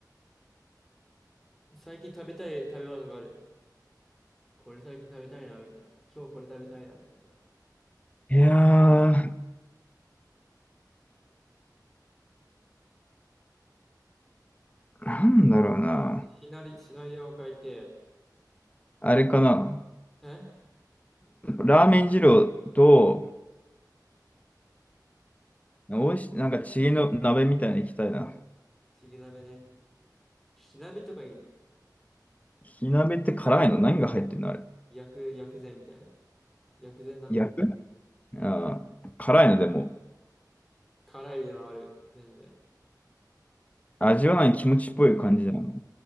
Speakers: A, in the centre; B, on the left.
A: 最近食べたい食べ物とかある。これ最近食べたいな、みたいな。今日これ食べたいな、みたいな。
B: いやー、なんだろうな。
A: シナリ、シナリオを書いて、
B: あれかな。
A: え
B: ラーメン二郎と、おいし、なんかチゲの鍋みたいに行きたいな。
A: ちぎ鍋ね。火鍋とかいいね。
B: 火鍋って辛いの何が入ってるのあれ。
A: 薬、薬膳みたいな。薬膳鍋。
B: 焼くあー、辛いのでも、
A: 辛いのある。全然。
B: 味わわない気持ちっぽい感じなの。